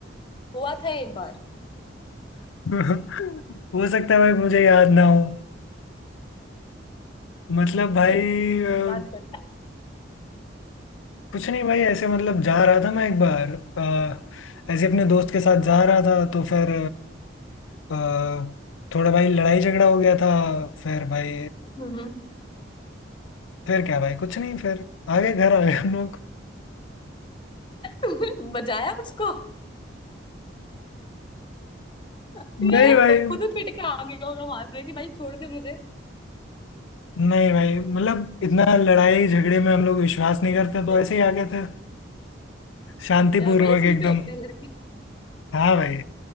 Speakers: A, on the left; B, on the left.
A: हुआ था एक बार
B: <laughs> हो सकता है भाई मुझे याद ना हो मतलब भाई
A: चल,
B: अ,
A: याद कर
B: कुछ नहीं भाई ऐसे मतलब जा रहा था मैं एक बार अ, ऐसे अपने दोस्त के साथ जा रहा था तो फिर अ, अ, थोड़ा भाई लड़ाई झगड़ा हो गया था फिर भाई
A: हम्म
B: फिर क्या भाई कुछ नहीं फिर आगे घर आ गए हम लोग
A: तुमने बजाया उसको मुझे
B: नहीं
A: लगा
B: भाई
A: था तुम खुद पिट के आ गए होगा वहां से कि भाई छोड़ दे मुझे
B: नहीं भाई मतलब इतना लड़ाई झगड़े में हम लोग विश्वास नहीं करते
A: <laughs>
B: तो ऐसे ही आ गए थे शांतिपूर्वक
A: अच्छा बड़े सीधे
B: एकदम
A: होते हैं लड़के
B: हाँ भाई